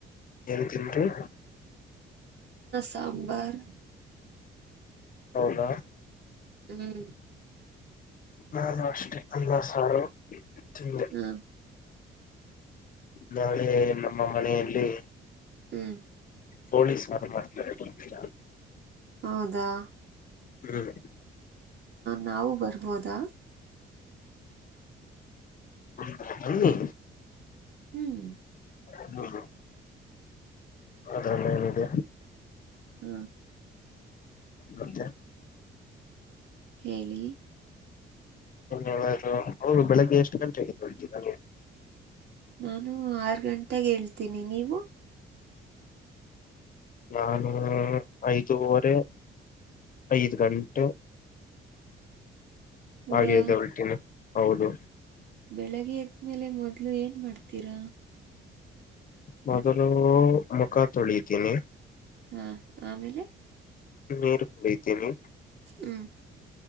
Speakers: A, on the left; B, on the right.
A: ಏನ್ ತಿಂಡಿ
B: ಸಾಂಬರ್
A: ಹೌದಾ
B: ಹ್ಮ್
A: ನಾನು ಅಷ್ಟೆ ಅನ್ನ ಸಾರು ತಿಂದೆ
B: ಹ
A: ನಾಳೆ ನಮ್ಮ ಮನೆಯಲ್ಲಿ
B: ಹ್ಮ್
A: ಪೊಲೀಸ್ಾರ ಮಾಡ್ತಾರೆ ಬರ್ತೀರಾ
B: ಹೌದಾ
A: ಹ್ಮ್
B: ನಾವು ಬರ್ಬೋದಾ
A: ಹ್ಮ ಬನ್ನಿ
B: ಹ್ಮ್
A: ಹ್ಮ್ ಅದ್ರಲ್ಲಿ ಏನಿದೆ
B: ಹ್ಮ
A: ಮತ್ತೆ
B: ಹೇಳಿ
A: ಏನಾದ್ರು ಹೌದು ಬೆಳಗ್ಗೆ ಎಷ್ಟು ಗಂಟೆ ಎದ್ದೇಳ್ತಿರಾ
B: ನಾನು ಆರ್ ಗಂಟೆಗೆ ಹೇಳ್ತೀನಿ ನೀವು
A: ನಾನು ಐದುವರೆ ಐದು ಗಂಟೆ
B: ಹೌದಾ
A: ಹಾಗೇದು ಹೊಲ್ಟಿನ ಹೌದು
B: ಬೆಳಗ್ಗೆ ಎದ್ಮೇಲೆ ಮೊದ್ಲು ಏನ್ ಮಾಡ್ತೀರಾ
A: ಮೊದಲು ಮುಖ ತೊಳಿತೀನಿ
B: ಹಾ ಆಮೇಲೆ
A: ನೀರ್ ಕುಡಿತೀನಿ
B: ಹ್ಮ್